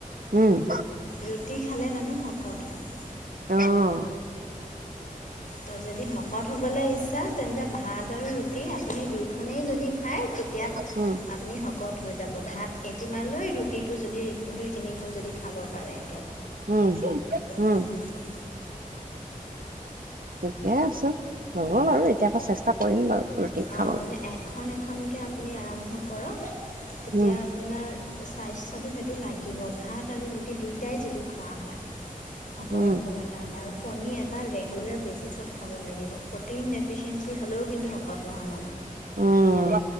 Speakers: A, on the right; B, on the left.
A: উম'
B: ৰুটি খালে মানুহ শকত হয়।
A: অহ',
B: ত যদি শকত হ'বলৈ ইচ্ছা, তেন্তে ভাত আৰু ৰুটি আপুনি দুইখনেই যদি খাই তেতিয়া
A: উম
B: আপুনি শকত হ'ম। হৈ যাব। ভাত কেইটিমান লৈ ৰুটিটো যদি দুই তিনিখন যদি খাব পাৰে।
A: উম', উম',
B: একেলগতে
A: ঠিকে আছ হ'ব বাৰু এতিয়া আকৌ চেষ্টা কৰিম বাৰু ৰুটি
B: অ
A: খাবলৈ
B: মানে এখন এখনকে আপুনি আৰম্ভ কৰক তেতিয়া
A: উম
B: আপোনাৰ স্বাস্থ্যটো সেইটো না থাকিব ভাত আৰু ৰুটি দুয়টাই যদি খোৱা হয়। শকত
A: উম
B: হ'বলৈ কাৰণে, কণী এটা ৰেগুলাৰ দেইলি খাব লাগিব প্ৰ'টিন যাতে ক্ষীণ মীন হ'লেও কিন্তু শকত নহয়।
A: উম